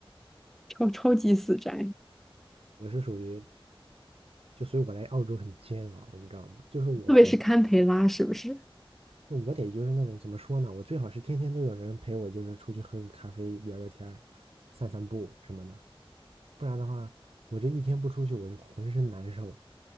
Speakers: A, in the centre; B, on the right.
A: 超超级死宅。
B: 我是属于，就所以我来澳洲很煎熬，你知道吗？就是我，
A: 特别是堪培拉是不是
B: 我得就是那种怎么说呢？我最好是天天都有人陪我，就是出去喝个咖啡、聊聊天儿、散散步什么的，不然的话，我这一天不出去，我就浑身难受。